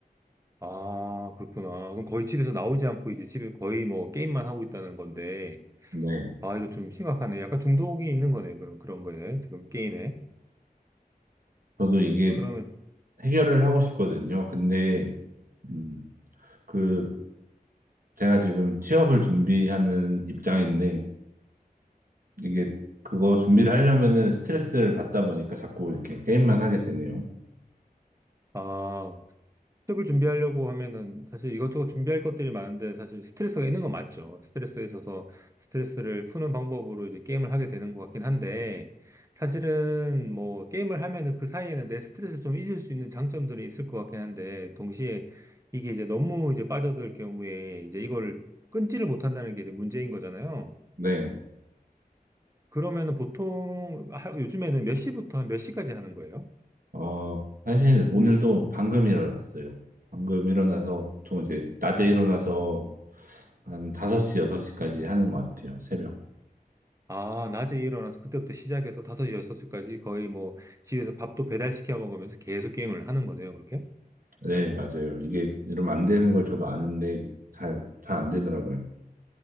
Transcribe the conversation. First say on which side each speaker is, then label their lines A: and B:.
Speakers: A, on the right; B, on the right.
A: 아, 그렇구나. 그럼 거의 집에서 나오지 않고 이제 집에 거의 뭐 게임만 하고 있다는 건데,
B: 네,
A: 아, 이거 좀 심각하네. 약간 중독이 있는 거네요. 그럼 그런 거예요. 지금 게임에.
B: 저도 이게
A: 그러면,
B: 해결을 하고 싶거든요. 근데, 음, 그, 제가 지금 취업을 준비하는 입장인데, 이게 그거 준비를 하려면은 스트레스를 받다 보니까 자꾸 이렇게 게임만 하게 되네요.
A: 아, 취업을 준비하려고 하면은 사실 이것저것 준비할 것들이 많은데 사실 스트레스가 있는 건 맞죠. 스트레스가 있어서 스트레스를 푸는 방법으로 이제 게임을 하게 되는 것 같긴 한데 사실은 뭐 게임을 하면은 그 사이에는 내 스트레스를 좀 잊을 수 있는 장점들이 있을 것 같긴 한데 동시에 이게 이제 너무 이제 빠져들 경우에 이제 이걸 끊지를 못한다는 게 이제 문제인 거잖아요.
B: 네,
A: 그러면은 보통 하- 요즘에는 몇 시부터 한 몇 시까지 하는 거예요?
B: 어, 사실 오늘도 방금 일어났어요. 방금 일어나서 보통 이제 낮에 일어나서 한 5시, 6시까지 하는 것 같아요. 새벽.
A: 아, 낮에 일어나서 그때부터 시작해서 다섯시 여섯시까지 거의 뭐 집에서 밥도 배달시켜 먹으면서 계속 게임을 하는 거네요, 그렇게?
B: 네, 맞아요. 이게 이러면 안 되는 걸 저도 아는데, 잘, 잘 안 되더라고요.